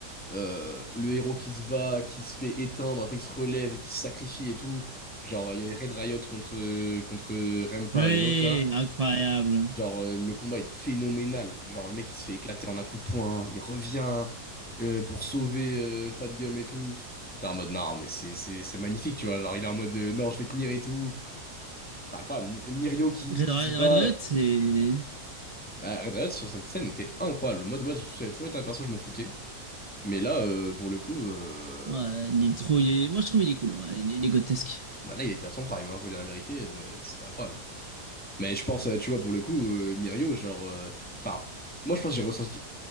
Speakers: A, in the centre; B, on the right (about 75°).
A: euh, le héros qui se bat, qui se fait éteindre, après il se relève et qui se sacrifie et tout. Genre, il y avait Red Riot contre, contre Rempa
B: Oui,
A: et l'autre, là.
B: incroyable.
A: Genre, euh, le combat est phénoménal. Genre, le mec, il se fait éclater en un coup de poing, il revient euh, pour sauver euh, Fat Gum et tout. T'es en mode, non, mais c'est c'est- c'est magnifique, tu vois. Genre, il est en mode, euh, non, je vais tenir et tout. C'est incroyable. M- Mirio qui,
B: Red
A: qui
B: Red
A: se bat.
B: Red, Red, c'est...
A: Bah, Red Riot, sur cette scène, était incroyable. Moi, de base, ça a toujours été un perso, je m'en foutais. Mais là, euh, pour le coup, euh,
B: Ouais, il est trop. il est- Moi, je trouve il est cool. ouais, il est, il est grotesque.
A: bah là, il était à son prime, hein, faut dire la vérité, euh, c'était incroyable. Mais je pense, euh, tu vois, pour le coup, euh, Mirio, genre... euh, Enfin, moi, je pense que j'ai ressenti